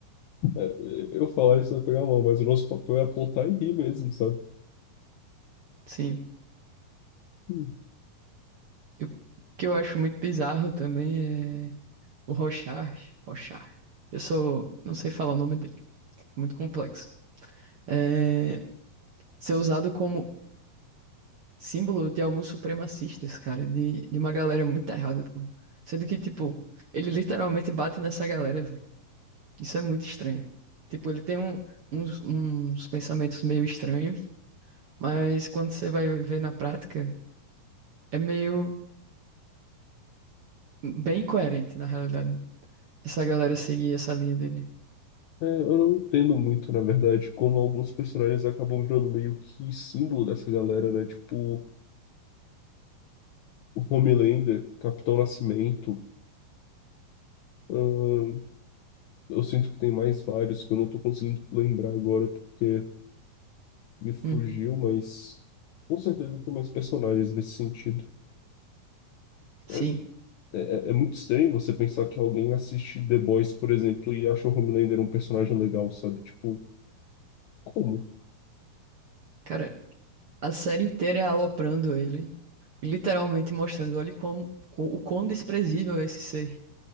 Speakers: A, on the left; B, on the right.
A: é, é, eu falar isso vai pegar mal, mas o nosso papel é apontar e rir mesmo, sabe?
B: Sim.
A: Hum.
B: Eu- O que eu acho muito bizarro também é o Rochard. Rochard. Eu sou. Não sei falar o nome dele. Muito complexo. É, ser usado como símbolo de alguns supremacistas, cara. De, de uma galera muito errada, pô. Sendo que, tipo, ele literalmente bate nessa galera, velho. Isso é muito estranho. Tipo, ele tem um- uns, uns pensamentos meio estranhos. Mas quando você vai ver na prática, é meio bem coerente, na realidade. Essa galera seguir essa linha dele.
A: É, eu não entendo muito, na verdade, como alguns personagens acabam virando meio que símbolo dessa galera, né? Tipo, o Homelander, Capitão Nascimento. ahn, eu sinto que tem mais vários que eu não tô conseguindo lembrar agora porque me fugiu,
B: Uhum.
A: mas com certeza tem mais personagens nesse sentido.
B: Sim,
A: É, É, é é muito estranho você pensar que alguém assiste The Boys, por exemplo, e acha o Homelander um personagem legal, sabe? Tipo, como?
B: cara, a série inteira é aloprando ele, e literalmente mostrando, olha como, co- o quão desprezível é esse ser,